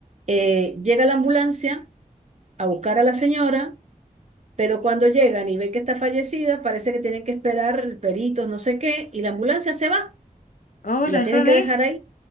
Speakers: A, on the right; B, on the left.
A: eh, llega la ambulancia a buscar a la señora Pero cuando llegan y ven que está fallecida, parece que tienen que esperar peritos, no sé qué, y la ambulancia se va
B: Oh,
A: y
B: ¿la
A: la
B: dejaron
A: tienen que
B: ahí?
A: dejar ahí.